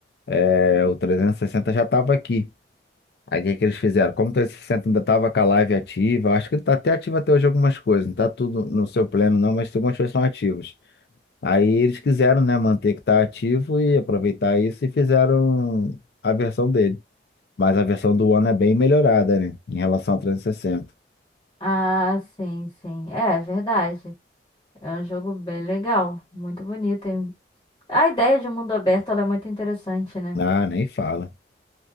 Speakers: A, on the left; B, on the left.
A: é, o 360 já tava aqui. Aí o que é que eles fizeram? Como o 360 ainda estava com a live ativa, acho que ele está até ativo até hoje algumas coisas, não está tudo no seu pleno não, mas algumas coisas são ativas. Aí eles quiseram, né, manter que está ativo e aproveitar isso e fizeram a versão dele. Mas a versão do One é bem melhorada, né, em relação ao 360.
B: Ah, sim, sim. É, é verdade. É um jogo bem legal, muito bonito. hein? A ideia de um mundo aberto, ela é muito interessante, né?
A: Ah, nem fala.